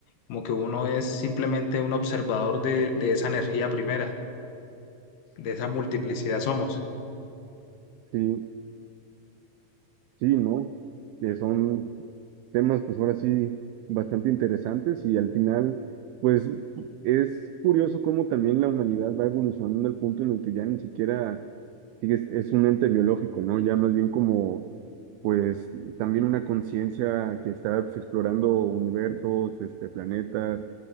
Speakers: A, on the left; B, on the right.
A: como que uno es simplemente un observador de, de esa energía primera, de esa multiplicidad somos.
B: Sí, Sí, ¿no? Que son temas, pues ahora sí, bastante interesantes y al final, pues es curioso cómo también la humanidad va evolucionando al punto en el que ya ni siquiera sigue- es, es un ente biológico, ¿no? Ya más bien como, pues también una conciencia que está pues, explorando universos, este, planetas